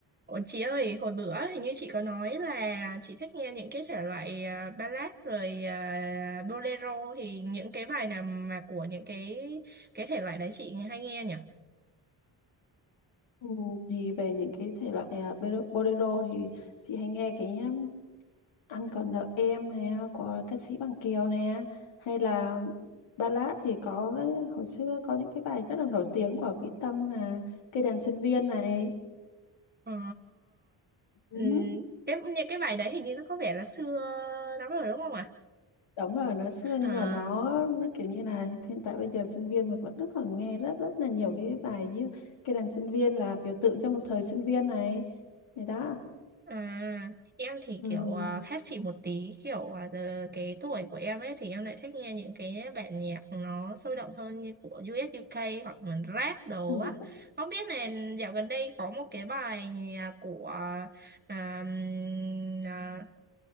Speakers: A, on the right; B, on the left.
A: Ủa, chị ơi, hồi bữa hình như chị có nói là chị thích nghe những cái thể loại à, ballad rồi à, bolero thì những cái bài nào mà của những cái cái thể loại đấy chị hay nghe nhỉ?
B: Ừ, thì về những cái thể loại à, bero- bolero thì chị hay nghe cái um, Anh còn nợ em nè của ca sĩ Bằng Kiều nè hay là ballad thì có cái- hồi xưa có những cái bài rất là nổi tiếng của Mỹ Tâm là Cây đàn sinh viên này
A: Ờ,
B: Ừ,
A: ừm, cái những cái bài đấy hình như nó có vẻ là xưa lắm rồi đúng không ạ?
B: đúng rồi nó xưa
A: À?
B: nhưng mà nó nó kiểu như là hiện tại bây giờ sinh viên mình vẫn rất còn nghe rất rất là nhiều cái bài như cái đàn sinh viên là biểu tượng cho một thời sinh viên này thì đó
A: À, em thì
B: ừ.
A: kiểu à, khác chị một tí kiểu à, giờ cái tuổi của em ấy thì em lại thích nghe những cái bản nhạc nó sôi động hơn như của U.S. u UK hoặc là rap đồ
B: Ừ.
A: á không biết là dạo gần đây có một cái bài nhạc của à, à, ừm, à,